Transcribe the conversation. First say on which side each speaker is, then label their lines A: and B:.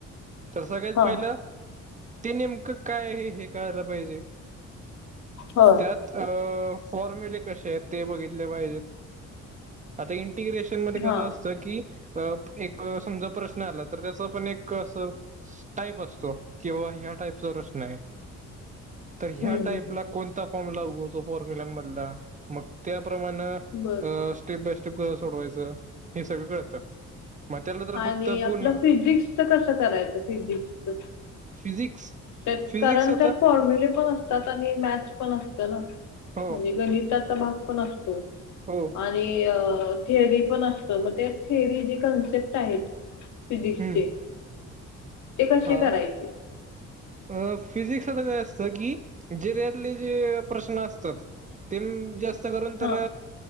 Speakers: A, on the right; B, on the left.
A: तर सगळ्यात
B: हा
A: पहिलं ते नेमकं काय आहे हे कळायला पाहिजे.
B: होय
A: त्यात अ फॉर्म्युले कसे आहेत. ते बघितले पाहिजेत आता इंटिग्रेशन मध्ये
B: हा
A: कसं असतं की अ एक समजा प्रश्न आला तर त्याच पण एक असं टाईप असतो कि बाबा या टाईपचा प्रश्नयं. तर ह्या
B: हम्म
A: टाईपला कोणता फॉर्म्युला उगवतो फॉर्म्युलांमधला मग त्याप्रमाणे
B: बर
A: अ स्टेप बाय स्टेप कस सोडवायचं हे सगळं कळतं. मग त्याला तर
B: आणि
A: फक्त पूर्ण
B: आपलं फिजिक्सच कसं करायचं फिजिक्सच.
A: फिजिक्स.
B: त्यात
A: फिजिक्स
B: कारण
A: आता
B: त्यात फॉर्म्युले पण असतात, आणि मॅथस पण असत ना
A: हो
B: म्हणजे गणितात. <unintelligible> पण असतोय.
A: हो.
B: आणि थिअरी पण असतं, मग त्या थेअरी जे कन्सेप्ट आहेत. फिजिक्सचे.
A: हम्म
B: ते कसे
A: हा
B: करायचे.
A: अ फिजिक्सला कसं असतं की, जे त्यांतले जे प्रश्न असतात. तेन जास्तं करून तर,
B: हां